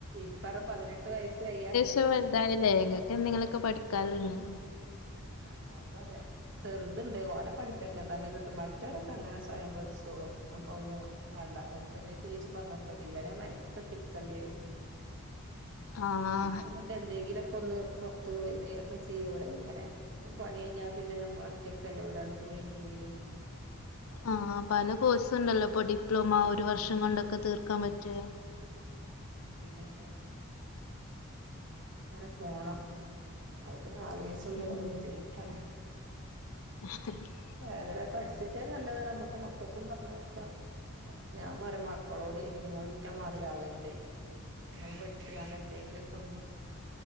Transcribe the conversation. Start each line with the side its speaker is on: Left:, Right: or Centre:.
Right: ഇപ്പറ പതിനെട്ട് വയസ്സ് കയ്യാ
Left: <unintelligible> വലൽതായിലേ, ഇങ്ങക്കെന്തെിലൊക്കെ പഠിക്കാലൊ ഇനി.
Right: ആഹ് ഞാൻ പറയാം ചെർത്ണ്ട്, ഓനെ പഠ്പ്പിക്ക, ന്തായാലും കിട്ടും. മറ്റോരൊക്കെ അങ്ങനെ സ്വയം പഠ്ച്ചോളും. നമ്മളൊന്നും വാണ്ട. ഓൽക്കെന്തേം ചോയ്ച്ചും പറഞ്ഞൊട്ത്താതി. ഇവനെ മെൻക്കെട്ടിര്ക്കണ്ട്യെരും.
Left: ആഹ്
Right: ഇൻക്ക് തോന്ന് എന്തേങ്കിലൊക്കൊന്ന് പൊർത്ത് പോയി എന്തേലൊക്കെ ചെയ്യ, ഇവടെങ്ങനെ പണി കയ്ഞ്ഞാ പിന്നെ നമ്മളൊറ്റ ക്കല്ലെ ഓലട് പോയീണ്ടെങ്കില്
Left: ആഹ് പല കോഴ്സ്ണ്ടല്ലൊ ഇപ്പൊ ഡിപ്ലോമാ ഒരു വർഷം കൊണ്ടൊക്കെ തീർക്കാൻ പറ്റ്യെ
Right: ഉം എന്തെയ്ന്? അങ്ങനെ പോണം. <unintelligible> ആലോയ്ച്ചുമ്പൊ
Left: ഉം
Right: ബുദ്ധിമുട്ടാണ്.
Left: <inaudible>
Right: ഏതാലും അത് പഠ്ച്ചിട്ട്യാ നല്ലതാണ്, നമ്മക്ക് മക്കൾക്കും പർഞ്ഞൊട്ക്കാ. ഞാൻ പറ്യ മ ക്കളോട് ഇനിഇങ്ങളും ഇന്റെ മാതിരി ആവര്ത്. ഇങ്ങള് പഠ്ച്ച്ക്കാണ്ട് എന്തേങ്കിലൊക്കൊന്ന്